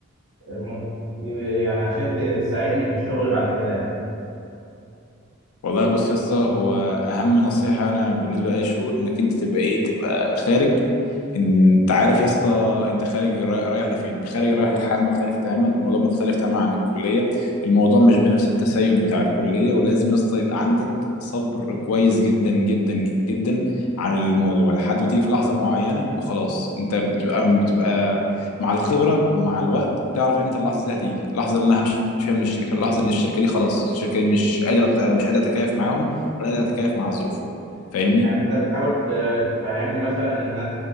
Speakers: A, on the right (about 55°); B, on the left (about 80°).
A: مم- يعني عشان ت- تساعدني في الشغل بعد كده يعني
B: والله بص يا اسطى هو اهم نصيحه انا بالنسبه لاي شغل انك انت تبقى ايه تبقى خارج انت عارف يا اسطى انت خارج را- رايح لفين خارج رايح لحاجه مختلفه تماما الموضوع مختلف تماما عن الكليه الموضوع مش بنفس التسيب بتاع الكليه ولازم يا اسطى يبقى عندك صبر كويس جدا جدا جدا على الموضوع لحد ما تيجي في لحظه معينه وخلاص انت بتبقى بتبقى مع الخبره ومع الوقت بتعرف امتى اللحظه دي هتيجي اللحظه اللي انا همشي فيها من الشركه اللحظه ان الشركه دي خلاص الشركه دي مش قادره مش قادره اتكيف معاهم ولا قادره اتكيف مع ظروفهم فاهمني
A: يعني انت بتحاول ت- تفهمني مثلا ان